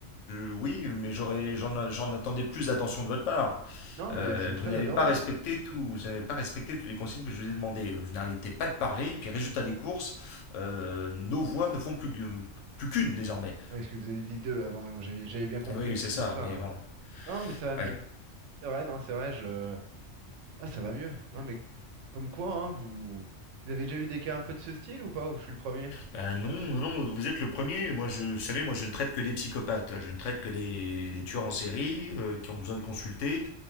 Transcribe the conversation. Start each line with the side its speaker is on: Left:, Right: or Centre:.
Left: je- oui, mais j'aurais, j'en, j'en attendais plus d'attention de votre part.
Right: Non, mais
Left: Euh,
Right: c'est très
Left: vous n'avez
Right: adorable.
Left: pas respecté tout, vous n'avez pas respecté toutes les consignes que je vous ai demandées. Euh, Vous n'arrêtez pas de parler, et puis résultat des courses, euh, nos voix ne font plus, que- plus qu'une désormais.
Right: Oui, est-ce que vous avez dit deux avant, mais moi j'avais j'avais bien compris
Left: Eh Oui, oui,
Right: toute
Left: c'est
Right: l'histoire.
Left: ça, mais
Right: hein.
Left: bon,
Right: Non, mais ça va mieux.
Left: oui.
Right: C'est vrai, non, c'est vrai, je... Ah, ça va mieux. Non, mais comme quoi, hein, vous... Vous avez déjà eu des cas un peu de ce style ou pas, ou je suis le premier?
Left: Ben non, non, vous êtes le premier. Moi, je, vous savez, moi, je ne traite que des psychopathes. Je ne traite que des, des tueurs en série euh, qui ont besoin de consulter.